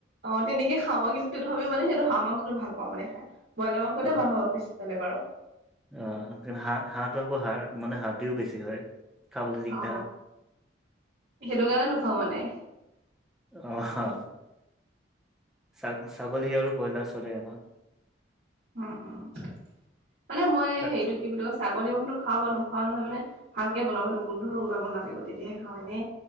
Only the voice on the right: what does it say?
অ তেনেকে খাওঁ বা কিন্তু তথাপিও মানে সেইটো হাঁহ মাংসটো ভাল পাওঁ মানে খাই বইলাৰ মাংসতে
আমাৰ ঘৰত বেছি চলে বাৰু
অ সেইটো কাৰণে নোখোৱা মানে
উম উম মানে মই
সেইটো কি বুলি কয় ছাগলী মাংসটো খাওঁ বা নোখোৱা নহয় মানে ভালকে বনাব লাগিব গোন্ধটো ওলাব নালাগিব তেতিয়াহে খাওঁ এনেই